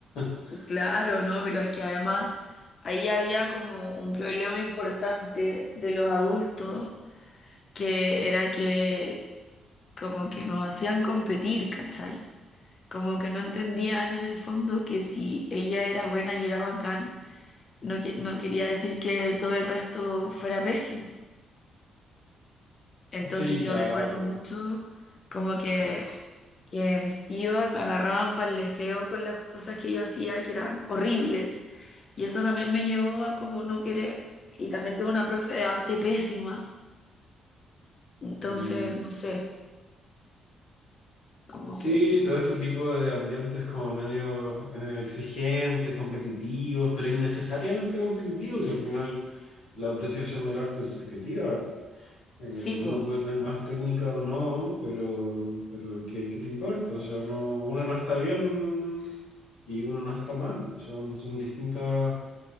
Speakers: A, on the left; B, on the left.
A: <laughs>
B: Claro, ¿no? Pero es que además ahí había como un problema importante de los adultos, que era que como que nos hacían competir, ¿cachai? Como que no entendían en el fondo que si ella era buena y era bacán, no, que- no quería decir que todo el resto fuera pésimo. Entonces
A: Sí, claro,
B: yo recuerdo mucho como que,
A: claro.
B: que mis tíos me agarraban para el deseo con las cosas que yo hacía, que eran horribles. Y eso también me llevó a como no querer. Y también tuve una profe de arte pésima. Entonces,
A: Mm,
B: no sé, como
A: Sí,
B: que
A: todo este tipo de ambientes como medio eh, exigentes, competitivos, pero innecesariamente competitivos, y al final la apreciación del arte es subjetiva. Eh,
B: sí,
A: uno
B: po,
A: puede tener más técnica o no, pero, pero ¿qué, qué te importa? O sea, no, uno no está bien y uno no está mal. Son, son distintas,